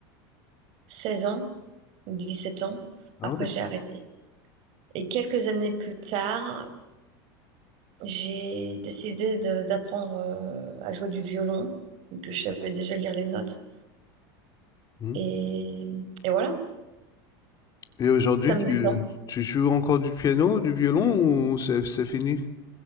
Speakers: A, on the right (about 55°); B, on the left (about 30°).
A: 16 ans ou dix sept ans.
B: Ah
A: Après
B: ouais.
A: j'ai arrêté. Et quelques années plus tard, j'ai décidé de- d'apprendre euh, à jouer du violon vu que je savais déjà lire les notes
B: Mhm.
A: et et voilà,
B: Et aujourd'hui,
A: ça me
B: tu,
A: détend.
B: tu joues encore du piano, du violon ou c'est c'est fini?